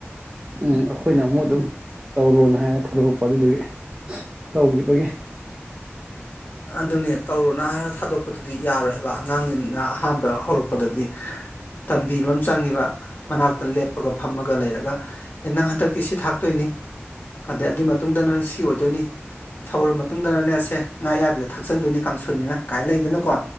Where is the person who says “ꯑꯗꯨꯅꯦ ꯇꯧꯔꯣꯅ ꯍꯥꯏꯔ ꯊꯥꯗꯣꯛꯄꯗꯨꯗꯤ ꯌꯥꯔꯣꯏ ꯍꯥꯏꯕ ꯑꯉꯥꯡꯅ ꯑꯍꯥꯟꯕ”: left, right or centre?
Left